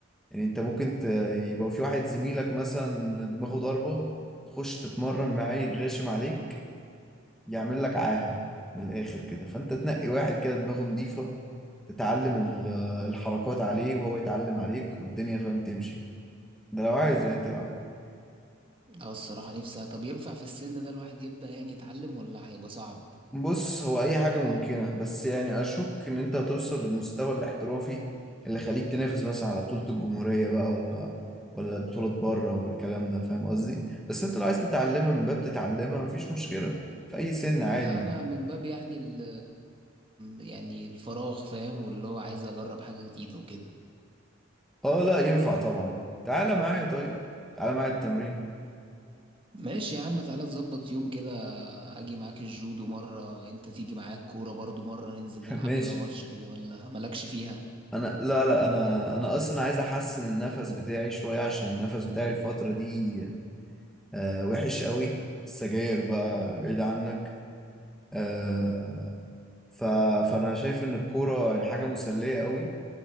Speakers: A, in the centre; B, on the right.
A: يعني أنت ممكن ت... يبقى في واحد زميلك مثلا دماغه ضربة تخش تتمرن معاه يتغشم عليك يعمل لك عاهة من الآخر كده فأنت تنقي واحد كده دماغه نظيفة تتعلم ال- الحركات عليه وهو يتعلم عليك والدنيا فاهم تمشي ده لو عايز يعني تلعب
B: اه الصراحة نفسي طب ينفع في السن ده الواحد يبدأ يعني يتعلم ولا هيبقى صعب
A: بص هو أي حاجة ممكنة بس يعني أشك إن أنت هتوصل للمستوى الاحترافي اللي يخليك تنافس مثلا على بطولة الجمهورية بقى ولا ولا بطولة بره والكلام ده فاهم قصدي بس أنت لو عايز تتعلمها من باب تتعلمها مفيش مشكلة في أي سن عادي
B: لا انا من باب يعني ال يعني الفراغ فاهم واللي هو عايز اجرب حاجة جديدة وكده
A: اه لا ينفع طبعا تعالى معايا طيب تعالى معايا التمرين
B: ماشي يا عم تعالى نظبط يوم كده اجي معاك الجودو مرة انت تيجي معاك كورة برضو مرة ننزل
A: <laughs>
B: نلعب
A: ماشي
B: لنا ماتش كده ولا مالكش فيها
A: انا لا لا انا انا اصلا عايز احسن النفس بتاعي شويه عشان النفس بتاعي الفتره دي آه وحش قوي السجاير بقى بعيد عنك آه ف فانا شايف ان الكوره يعني حاجه مسليه قوي